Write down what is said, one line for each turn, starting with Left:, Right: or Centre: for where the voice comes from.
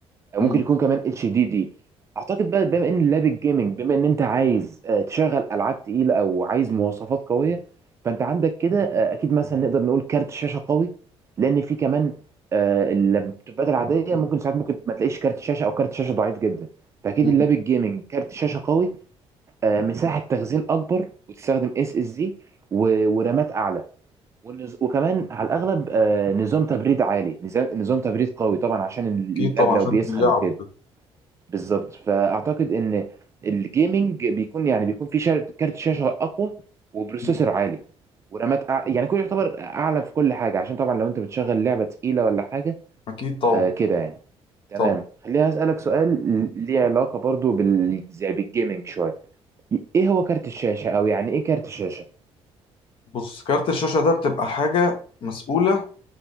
Right: او
Left: مم.
Right: ممكن يكون كمان اتش دي دي اعتقد بقى بما ان لاب الجيمنج بما ان انت عايز آه، تشغل العاب تقيله او عايز مواصفات قويه فانت عندك كده آه، اكيد مثلا نقدر نقول كارت شاشه قوي لان في كمان آه، اللابتوبات العاديه ممكن ساعات ممكن ما تلاقيش كارت شاشه او كارت شاشه ضعيف جدا فاكيد
Left: مم.
Right: اللاب الجيمنج كارت شاشه قوي آه، مساحه تخزين اكبر وتستخدم اس اس دي ورامات اعلى والنز- وكمان على الاغلب آه، نظام تبريد عالي نظام نظام تبريد قوي طبعا عشان اللاب
Left: اكيد طبعا
Right: لو
Left: عشان
Right: بيسخن
Left: اللعب
Right: وكده
Left: وكده
Right: بالظبط فاعتقد ان الجيمنج بيكون يعني بيكون في شر- كارت شاشه اقوى وبروسيسور
Left: مم.
Right: عالي ورامات أع... يعني كله يعتبر اعلى في كل حاجه عشان طبعا لو انت بتشغل لعبه تقيله ولا حاجه
Left: اكيد طبعا
Right: آه كده يعني تمام
Left: طبعا
Right: خليني اسالك سؤال ل- ليه علاقه برضو بال... زي بالجيمنج شويه ايه هو كارت الشاشه او يعني ايه كارت الشاشه
Left: بص كارت الشاشة ده بتبقى حاجة مسؤولة